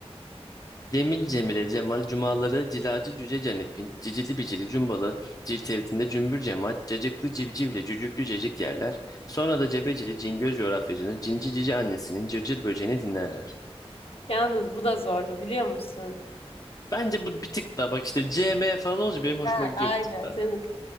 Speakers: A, on the left; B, on the left.
A: Cemil Cemile Cemal Cumaları Cilacı Cüce Canip'in Cicili Bicili Cumbalı Cilt evitinde Cümbür Cemaat Cacıklı Civcivle Cücüklü Cecik yerler. Sonra da Cebecili Cingöz coğrafyacının Cinci Cici annesinin Cırcır böceğini dinlerler.
B: Yalnız bu da zorlu biliyor musun?
A: Bence bu bir tık daha bak işte CM falan olunca benim hoşuma
B: Ha,
A: gidiyor
B: aynen.
A: bir tık daha.
B: Sen
A: <laughs>
B: oku.